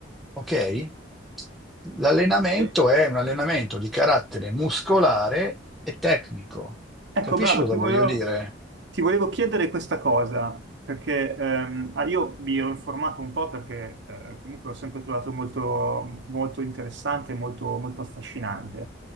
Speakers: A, in the centre; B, on the right (about 65°).
A: ok? L'allenamento
B: Eh,
A: è un allenamento di carattere muscolare e tecnico.
B: Ecco,
A: Capisci
B: bravo,
A: cosa
B: ti
A: voglio
B: volevo,
A: dire?
B: ti volevo chiedere questa cosa, perché ehm, ah, io mi ero informato un po' perché eh, comunque l'ho sempre trovato molto, molto interessante, molto, molto affascinante.